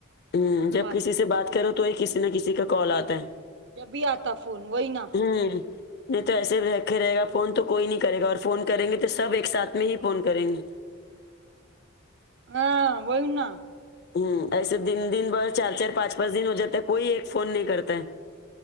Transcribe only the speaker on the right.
بات
کروں
جبھی آتا فون وہی نا
ہاں وہی نا